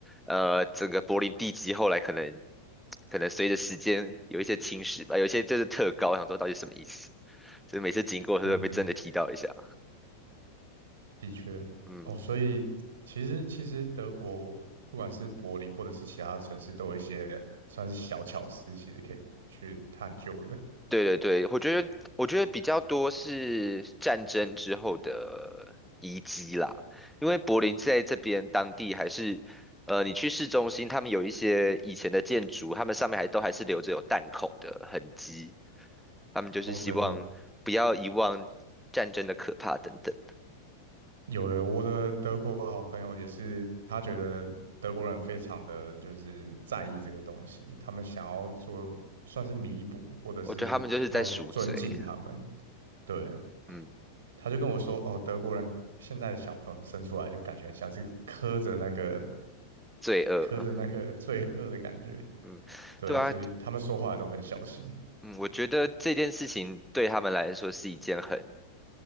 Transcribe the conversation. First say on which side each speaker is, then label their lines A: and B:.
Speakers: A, in the centre; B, on the right.
A: 呃整个柏林地基后来可能可能随着时间有一些侵蚀吧，有一些就是特高，我想说到底什么意思，所以每次经过都会被真的踢到一下。
B: 嗯，的确。
A: 嗯，
B: 哦，所以其实其实德国不管是柏林或者是其他城市，都有一些算是小巧思，其实可以去探究的。
A: 对对对，我觉得我觉得比较多是战争之后的遗迹啦，因为柏林在这边当地还是，呃，你去市中心，他们有一些以前的建筑，他们上面还都还是留着有弹孔的痕迹，他们就是希望不要遗忘战争的可怕等等
B: 哦，真的有有，我的德国好朋友也是，他觉得德国人非常的就是在意这个东西，他们想要做算是弥补，或者是要尊敬他们，
A: 我觉得他们就是在赎罪，
B: 对，
A: 嗯，
B: 他就跟我说，哦，德国人现在的小朋友生出来就感觉像是磕着那个
A: 罪恶，
B: 磕着那个罪恶的感觉，
A: 嗯，
B: 对，
A: 对啊，
B: 所以他们说话都很小心。
A: 嗯，我觉得这件事情对他们来说是一件很